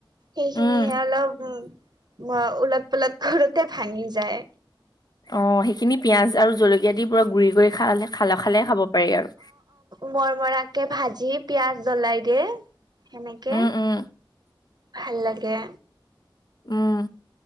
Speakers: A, on the right; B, on the left.
A: সেইখিনিহে
B: উম,
A: অলপ উম। ওলট পলট ঘৰুতে ভাঙি যায়।
B: অ', সেইখিনি পিয়াজ আৰু জলকীয়া দি পুৰা গুৰি কৰি খালে খালে-খালে খাব পাৰি আৰু।
A: মৰ মৰাকে ভাজি পিয়াজ জ্বলাই দিয়ে সেনেকে
B: উম, উম,
A: ভাল লাগে।
B: উম,